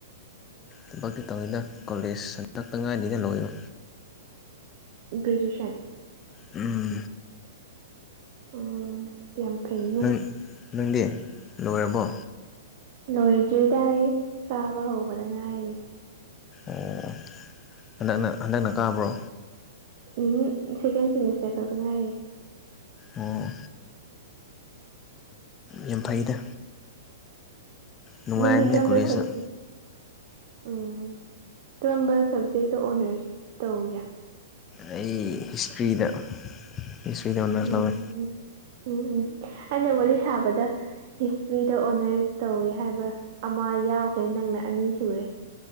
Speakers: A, on the left; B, on the right.
A: ꯊꯕꯛꯇꯤ ꯇꯧꯏꯗ ꯀꯣꯂꯦꯖ ꯁꯟꯇꯛꯇ ꯉꯥꯏꯅꯤꯅ ꯂꯣꯏꯕ
B: ꯒ꯭ꯔꯦꯖꯨꯌꯦꯁꯟ
A: ꯎꯝ
B: ꯎꯝ ꯌꯥꯝ ꯐꯩꯅꯦ
A: ꯅꯪ ꯅꯪꯗꯤ ꯂꯣꯏꯔꯕꯣ
B: ꯂꯣꯏꯗ꯭ꯔꯤꯗ ꯑꯩ ꯇꯥꯕ ꯍꯧꯕꯗ ꯉꯥꯏꯔꯤꯅꯤ
A: ꯑꯣ ꯍꯟꯗꯛꯅ ꯍꯟꯗꯛꯅ ꯀꯥꯕ꯭ꯔꯣ
B: ꯎꯝ ꯁꯦꯀꯦꯟ ꯁꯦꯃꯤꯁꯇꯔ ꯈꯛꯇ ꯉꯥꯏꯔꯤ꯫
A: ꯑꯣ ꯌꯥꯝ ꯐꯩꯗ꯫ ꯅꯨꯡꯉꯥꯏꯕꯅꯦ
B: ꯅꯗꯤ ꯀꯔꯝꯕ
A: ꯀꯣꯂꯦꯖꯇ
B: ꯁꯕꯖ ꯎꯝ꯫ ꯀꯔꯝꯕ ꯁꯕꯖꯦꯛꯇ ꯑꯣꯅꯔꯁ ꯇꯧꯒꯦ꯫
A: ꯑꯩ ꯍꯤꯁꯇ꯭ꯔꯤꯗ ꯍꯤꯁꯇ꯭ꯔꯤꯗ ꯑꯣꯅꯔꯁ
B: ꯎꯝ
A: ꯂꯧꯋꯦ꯫
B: ꯎꯝ ꯎꯝ ꯎꯝ ꯑꯩꯅ ꯋꯥꯔꯤ ꯁꯥꯕꯗ ꯍꯤꯁ ꯊ꯭ꯔꯤꯗ ꯑꯣꯅꯔꯁ ꯇꯧꯋꯦ ꯍꯥꯏꯕ ꯑꯃ ꯌꯥꯎꯈ꯭ꯔꯦ ꯅꯪꯅ ꯑꯅꯤ ꯁꯨꯔꯦ꯫